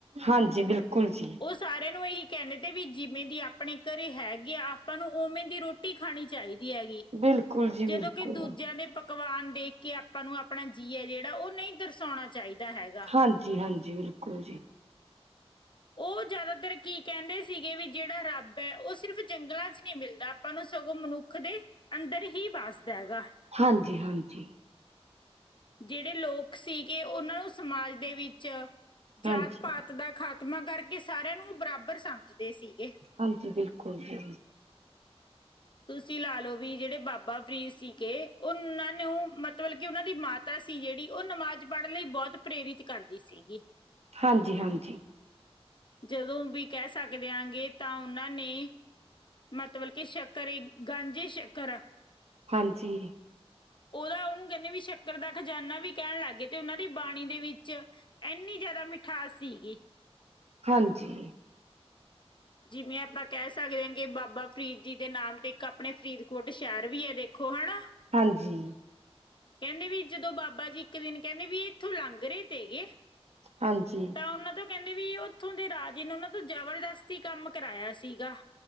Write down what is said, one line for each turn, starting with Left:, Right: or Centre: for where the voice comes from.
Right: ਹਾਂਜੀ ਬਿਲਕੁਲ ਜੀ।
Left: ਉਹ ਸਾਰਿਆਂ ਨੂੰ ਇਹੀ ਕਹਿੰਦੇ ਤੇ ਵੀ ਜਿਵੇਂ ਦੀ ਆਪਣੇ ਘਰੇ ਹੈਗੀ ਆ ਆਪਾਂ ਨੂੰ ਉਵੇਂ ਦੀ ਰੋਟ। ਰੋਟੀ ਖਾਣੀ ਚਾਹੀਦੀ ਹੈਗੀ
Right: ਬਿਲਕੁਲ ਜੀ ਬਿਲਕੁਲ
Left: ਜਦੋਂ ਕਿ ਦੂਜਿਆਂ ਦੇ ਪਕ। ਪਕਵਾਨ ਦੇਖ ਕੇ ਆਪਾਂ ਨੂੰ ਆਪਣਾ ਜੀਅ ਏ ਜਿਹੜਾ ਉਹ ਨਹੀਂ ਤਰਸਾਉਣਾ ਚਾਹੀਦਾ ਹੈਗਾ।
Right: ਹਾਂਜੀ ਹਾਂਜੀ ਬਿਲਕੁਲ ਜੀ।
Left: ਉਹ ਜ਼ਿਆਦਾਤਰ ਕੀ ਕਹਿੰਦੇ ਸੀਗੇ ਵੀ ਜਿਹੜਾ ਰੱਬ ਹੈ ਉਹ ਸਿਰਫ਼ ਜੰਗਲਾਂ 'ਚ ਨਹੀਂ ਮਿਲਦਾ। ਆਪਾਂ ਨੂੰ ਸਗੋਂ ਮਨੁੱਖ ਦੇ ਅੰਦਰ ਹੀ ਵਾਸਦਾ ਹੈਗਾ।
Right: ਹਾਂਜੀ ਹਾਂਜੀ।
Left: ਜਿਹੜੇ ਲੋਕ ਸੀਗੇ ਉਹਨਾਂ ਨੂੰ ਸਮਾਜ ਦੇ ਵਿੱਚ
Right: ਹਾਂਜੀ
Left: ਜਾਤ ਪਾਤ ਦਾ ਖਾ। ਖਾਤਮਾ ਕਰਕੇ ਸਾਰਿਆਂ ਨੂੰ ਬਰਾਬਰ ਸਮਝਦੇ ਸੀਗੇ।
Right: ਹਾਂਜੀ ਬਿਲਕੁਲ ਜੀ।
Left: ਤੁਸੀਂ ਲਾ ਲਓ ਵੀ ਜਿਹੜੇ ਬਾਬਾ ਫਰੀਦ ਸੀਗੇ ਉਹਨਾਂ ਨੂੰ ਮਤਲਬ ਕਿ ਉਹਨਾਂ ਦੀ ਮਾਤ। ਮਾਤਾ ਸੀ ਜਿਹੜੀ ਉਹ ਨਮਾਜ਼ ਪੜ੍ਹਨ ਲਈ ਬਹੁਤ ਪ੍ਰੇਰਿਤ ਕਰਦੀ ਸੀਗੀ।
Right: ਹਾਂਜੀ ਹਾਂਜੀ।
Left: ਜਦੋਂ ਵੀ ਕਹਿ ਸਕਦੇ ਆਂਗੇ ਤਾਂ ਉਹਨਾਂ ਨੇ। ਮਤਬਲ ਕੀ ਸ਼ੱਕਰ ਇੱਕ ਗਾਂਜੀ ਸ਼ੱਕਰ ਆ।
Right: ਹਾਂਜੀ।
Left: ਉਹਦਾ ਉਹਨੂੰ ਕਹਿੰਨੇ ਵੀ ਸ਼ੱਕਰ ਦਾ ਖਜਾਨਾ ਵੀ ਕਹਿਣ ਲੱਗ ਗਏ ਤੇ ਉਹਨਾਂ ਦੀ ਬਾਣੀ ਦੇ ਵਿੱਚ। ਏਂਨੀ ਜ਼ਿਆਦਾ ਮਿਠਾਸ ਸੀਗੀ।
Right: ਹਾਂਜੀ।
Left: ਜਿਵੇਂ ਆਪਾਂ ਕਹਿ ਸਕਦੇ ਹਾਂ ਕਿ ਬਾਬਾ ਫਰੀਦ ਜੀ ਦੇ ਨਾਮ ਤੇ ਇੱਕ ਆਪਣੇ ਫਰੀਦਕੋਟ ਸ਼ਹਿਰ ਵੀ ਹੈ ਦੇਖੋ ਹਨਾ।
Right: ਹਾਂਜੀ।
Left: ਕਹਿੰਦੇ ਵੀ ਜਦੋਂ ਬਾਬਾ ਜੀ ਇੱਕ ਦਿਨ ਕਹਿੰਦੇ ਵੀ ਇੱਥੋਂ ਲੰਘ ਰਹੇ ਤੇ ਗਏ।
Right: ਹਾਂਜੀ।
Left: ਤਾਂ ਉਹਨਾਂ ਤੋਂ ਕਹਿੰਦੇ ਵੀ ਉੱਥੋਂ ਦੇ ਰਾਜੇ ਨੇ ਉਹਨਾਂ ਤੋਂ ਜ਼ਬਰਦਸਤੀ ਕੰਮ ਕਰਾਇਆ ਸੀਗਾ।